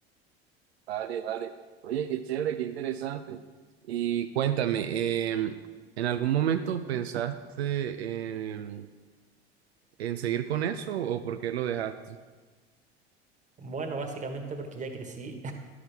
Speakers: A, on the right; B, on the right.
A: Vale, vale. Oye, qué chévere, qué interesante. Y cuéntame, em, ¿en algún momento pensaste em, en, seguir con eso o por qué lo dejaste?
B: Bueno, básicamente porque ya crecí,